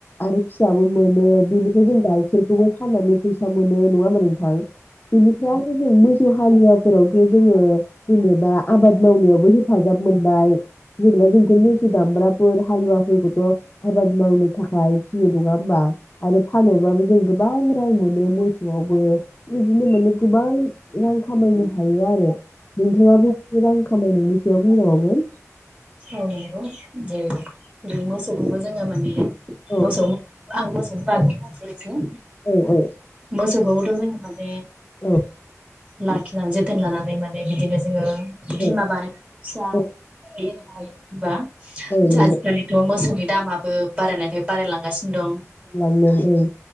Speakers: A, on the left; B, on the right.
A: आरो फिसाबो मोनो बेनिफ्राय जों गाइखेरखौबो फाननानै फैसा मोनो नङा होमबा नोंथां? बेनिफ्राय आरो जों मोसौ हालुवाफोरावथ जोङो जेनेबा आबाद मावनायावबो हेफाजाब मोनबाय। जेनेबा जोंथ' मैसो दामब्रा मोसौ हालुवाफोरखौथ आबाद मावनो थाखाय फिसियो नङा होमबा आरो फानोब्लाबो जों गोबां रां मोनो मोसौआवबो बिदिनो माने गोबां रां खामायनो हायो आरो नोंथाङा जों खामायनायनि सायाव बुंजाबावगोन
B: औ नंगौ जेरै बे मोसौखौबो जोङो माने
A: औ
B: मोसौ आं <unintelligible> जों
A: औ औ
B: मोसौखौ द होनबाने
A: औ
B: लाखिनानै जोथोन लानानै माने बिदिनो जोङो बिमा
A: औ
B: बानायनाय फिसा
A: औ
B: बे बा
A: औ नंगौ
B: आजिखालिथ मोसौनि दामाबो बारायनायनिफ्राय बारायलांगासिनो दं
A: लांदों ओं